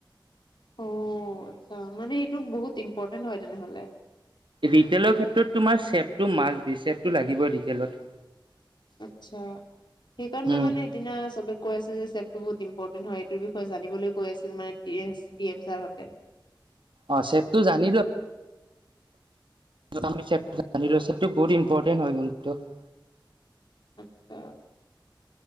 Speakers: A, on the left; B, on the right.
A: অ আচ্ছা মানে সেইটো বহুত ইম্পৰ্টেণ্ট হয় তেনেহলে
B: ৰিটেইলৰ ক্ষেত্ৰত তোমাৰ চেভটো মাষ্ট বি চেভটো লাগিবই ডিটেইলত
A: আত্ছা সেইকাৰণে
B: উম
A: মানে সেইদিনা চবে কৈ আছে যে চেভতো বহুত ইম্পৰ্টেণ্ট হয় এইটোৰ বিষয়ে জানিবলৈ কৈ আছিল মানে ডি এচ ডি এম ছাৰহঁতে
B: অ চেভটো জানি ল চেভটো বহুত ইম্পৰ্টেণ্ট হয় কিন্তু
A: আচ্ছা